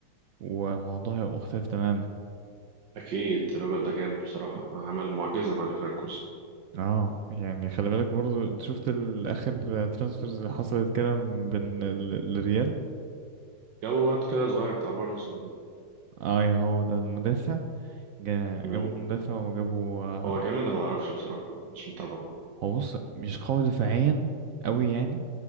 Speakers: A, on the right; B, on the right.
A: والموضوع هيبقى مختلف تماما
B: اكيد الراجل ده جامد بصراحه عمل معجزه مع ليفركوزن
A: اه يعني خلي بالك برضو انت شفت الاخر ترانسفيرز اللي حصلت كده بين ال- الريال
B: جابوا واد كده صغير بتاع بورنموث ده
A: ايوه هو ده المدافع جا-
B: أمم،
A: جابوا مدافع وجابوا آه،
B: هو جامد انا ما اعرفش بصراحه مش متابعه
A: هو بص مش قوي دفاعيا قوي يعني